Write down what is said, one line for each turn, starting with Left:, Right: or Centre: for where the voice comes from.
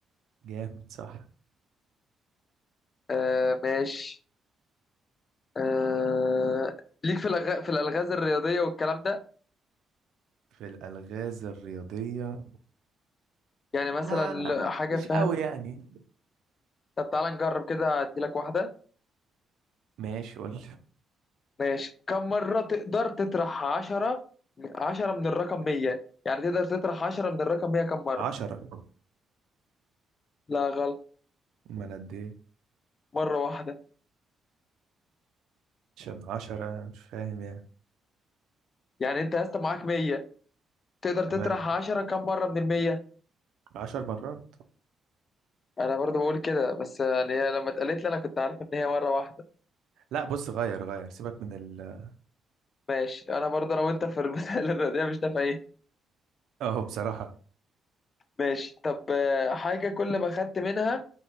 Right: جامد صح
Left: آه ماشي آه ليك في الأغ... في الألغاز الرياضية والكلام ده
Right: في الالغاز الرياضيه
Left: يعني مثلا
Right: آه
Left: حاجة
Right: مش
Left: فاهم
Right: قوي يعني
Left: طب تعالى نجرب كده اديلك واحدة
Right: ماشي قول
Left: ماشي كم مرة تقدر تطرح عشرة عشرة من الرقم 100 يعني تقدر تطرح عشرة من الرقم 100 كم مرة
Right: عشرة
Left: لا غلط
Right: ما انا قد ايه
Left: مرة واحدة
Right: عشان عشرة مش فاهم يعني
Left: يعني انت يا اسطى معاك 100 تقدر تطرح
Right: تمام
Left: 10 كم مرة من المية
Right: عشر مرات
Left: انا برضو بقول كده بس يعني هي لما اتقالت لي انا كنت عارف ان هي مرة واحدة
Right: لا بص غير غير سيبك من ال <laughs>
Left: ماشي انا برضو انا وانت في المسائل <laughs> الرياضية مش نافعين
Right: اه بصراحة
Left: ماشي طب آه، حاجة كل ما خدت منها